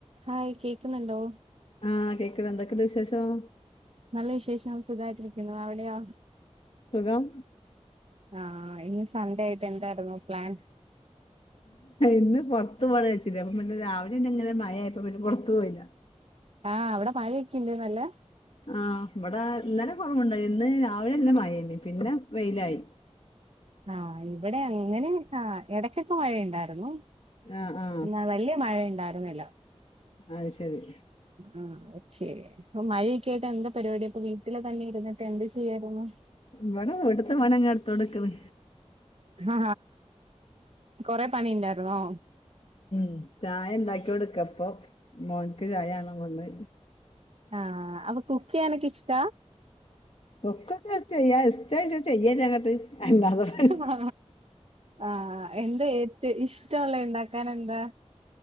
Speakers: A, on the right (about 60°); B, on the left (about 60°).
A: Hi കേക്ക്ന്ന്ണ്ടോ
B: ആ കേക്ക്ണ്ട് എന്തൊക്കെണ്ട് വിശേഷം
A: നല്ല വിശേഷം സുഖായിട്ടിരിക്കുന്നു അവിടെയോ
B: സുഖം
A: ആ ഇന്ന് സൺഡേ ആയിട്ട് എന്തായിരുന്നു പ്ലാൻ
B: ഇന്ന് പൊർത്ത് പോണം ച്ചിനി അപ്പ പിന്നെ രാവിലെങ്ങനെ മഴായപ്പൊ പിന്നെ പൊർത്ത് പോയില്ല
A: ആ അവടെ മഴൊക്കെണ്ട് നല്ലെ
B: ആ ഇവടെ ഇന്നലെ കൊറവ്ണ്ടേയ്നി ഇന്ന് രാവിലെ നല്ല മയേനി പിന്നെ വെയിലായി
A: ആ ഇവിടെ അങ്ങനെ ആ എടക്കൊക്കെ മഴണ്ടായിര്ന്നു
B: ആഹ് ആഹ്
A: ന്നാ വല്യ മഴ ണ്ടായിരുന്നില്ല
B: അത് ശെരി
A: ആ ഓകെ അപ്പൊ മഴയൊക്ക്യായിട്ട് എന്താ പരിപാടി അപ്പൊ വീട്ടില് തന്നെ ഇരുന്നിട്ട് എന്ത് ചെയ്യായിരുന്നു
B: ഇവിടെ വീട്ട്ത്തെ പണിയങ്ങനെ എടുത്തോണ്ട്ക്ക്ണ്
A: ആ കൊറെ പണി ണ്ടായിര്ന്നോ
B: ഉം ചായ ണ്ടാക്ക്യോണ്ട്ക്ക അപ്പൊ മോൻക്ക് ചായാണ വന്ന്
A: ആ അപ്പൊ കുക്ക് ചെയ്യാനൊക്കെ ഇഷ്ട
B: കുക്കൊക്കെ ചെയ്യാ ഇഷ്ടോയ്ച്ച ചെയ്യന്നങ്ങട്ട് അല്ലാതെപ്പൊ
A: ആ ആ എന്താ ഏറ്റ ഇഷ്ടോള്ളെ ണ്ടാക്കാനെന്താ